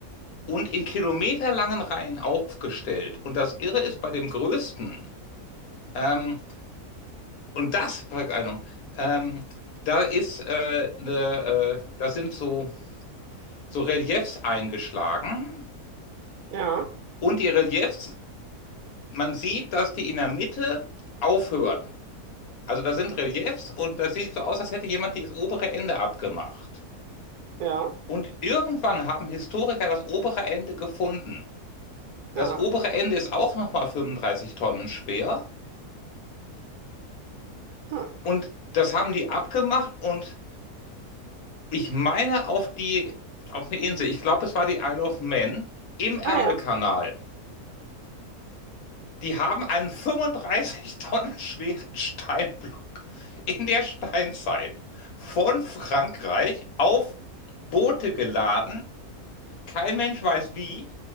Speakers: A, on the left; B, on the right.
A: und in kilometerlangen Reihen aufgestellt. Und das Irre ist bei dem größten, ähm, Und das, pack einem, ähm, da ist äh, ne, äh, da sind so, so Reliefs eingeschlagen
B: ja,
A: und die Reliefs, man sieht, dass die in der Mitte aufhören. Also da sind Reliefs und das sieht so aus, als hätte jemand das obere Ende abgemacht.
B: ja,
A: Und irgendwann haben Historiker das obere Ende gefunden.
B: ja.
A: Das obere Ende ist auch nochmal 35 Tonnen schwer
B: Ah,
A: und das haben die abgemacht und Ich meine auf die, auf eine Insel. Ich glaube, es war die Isle of Man im Ärmelkanal.
B: ah ja.
A: Die haben einen 35 Tonnen schweren Steinblock in der Steinzeit von Frankreich auf Boote geladen. Kein Mensch weiß wie,